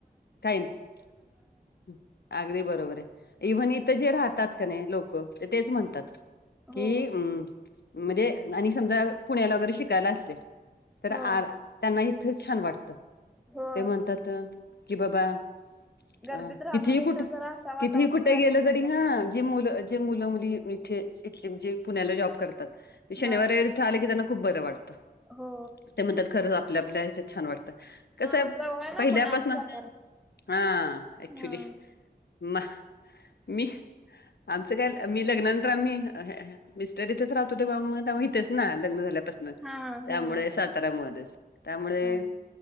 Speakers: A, on the left; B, in the centre.
A: काही नई, अगदी बरोबर आहे इव्हन
B: हो.
A: इथं जे राहतात का नाही लोक. ते तेच म्हणतात
B: हो
A: कि उम्म म्हणजे आणि समजा पुण्याला वगैरे शिकायला असले तर
B: हो
A: आर त्यांना इथं छान वाटतं
B: हो.
A: ते म्हणतात कि बाबा
B: गर्दीत
A: अ
B: राहण्यापेक्षा
A: कितीही कुठ,
B: जरा अशा वातावरणात
A: कितीही कुठे
B: राहिलेला
A: गेलं
B: चांगलं
A: तरी हा.
B: असतं.
A: जे मुलं जे मुलं-मुली इथे इथले म्हणजे पुण्याला जॉब करतात ते
B: हा
A: शनिवार इथे आले की त्यांना खूप बरं वाटतं.
B: हो
A: ते म्हणतात खरं आपल्या आपल्या हेच्यात छान वाटतं कसं
B: हा
A: आहे
B: जवळ ना
A: पहिल्यापासनं
B: पुणे आणि सातारा.
A: हा एक्चुली
B: हा
A: म मी आमचं काय मी लग्नानंतर आम्ही हेया हेया मिस्टर इथेच राहतो ते बा मग त्या मी इथेच ना लग्न झाल्यापासून त्यामुळे
B: हा होय
A: सात ताऱ्या मध्येच मुळे त्यामुळे
B: हा